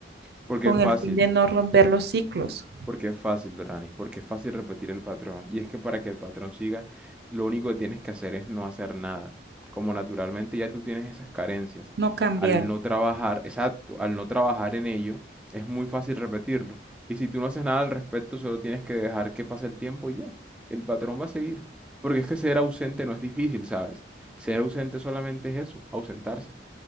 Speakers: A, in the centre; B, on the right.
A: Porque
B: con
A: es fácil,
B: el fin de no romper los ciclos,
A: Porque es fácil, Doranis, porque es fácil repetir el patrón. Y es que para que el patrón siga, lo único que tienes que hacer es no hacer nada. Como naturalmente ya tú tienes esas carencias,
B: no cambiar,
A: al no trabajar, exacto, al no trabajar en ello, es muy fácil repetirlo. Y si tú no haces nada al respecto, solo tienes que dejar que pase el tiempo y ya. El patrón va a seguir. Porque es que ser ausente no es difícil, ¿sabes? Ser ausente solamente es eso, ausentarse.